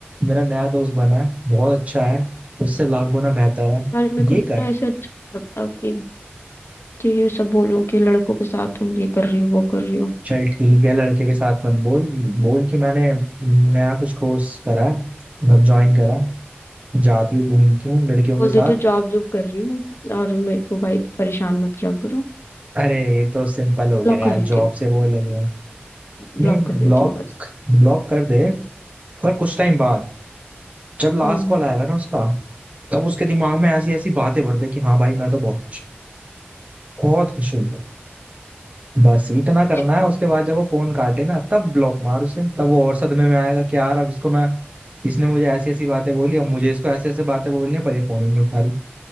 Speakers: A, on the right (about 35°); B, on the left (about 80°).
A: मेरा नया दोस्त बना है बहुत अच्छा है उससे लाख गुना बेहतर है
B: यार मेरे को
A: ये
B: ना
A: कर
B: ऐसे अच्छा नहीं लगता कि कि ये सब बोलूं कि लड़कों के साथ हूँ ये कर रही हूँ वो कर रही हूँ
A: चल ठीक है लड़के के साथ मत बोल बोल कि मैंने नया कुछ कोर्स करा है मतलब ज्वाइन करा जाती हूँ घूमती हूँ लड़कियों
B: बोल
A: के साथ
B: देती हूँ जॉब जॉब कर रही हूँ और मेरे को भाई परेशान मत किया करो
A: अरे ये तो सिंपल हो
B: ब्लॉक
A: गया यार
B: कर
A: जॉब
B: देती हूँ
A: से वो लग रहा है
B: ब्लॉक
A: नहीं
B: कर देती
A: ब्लॉक
B: हूँ बस
A: ब्लॉक कर दे पर कुछ टाइम बाद जब लास्ट
B: हम्म
A: कॉल आएगा ना उसका तब उसके दिमाग में ऐसी ऐसी बातें भर दे कि हाँ भाई मैं तो बहुत बहुत खुश होंगे बस इतना करना
B: ठीक।
A: है उसके बाद जब वो फोन काटे ना तब ब्लॉक मार उसे तब वो और सदमे में आएगा कि यार अब इसको मैं इसने मुझे ऐसी ऐसी बातें बोली अब मुझे इसको ऐसे ऐसे बातें बोलनी है पर ये फोन ही नहीं उठा रही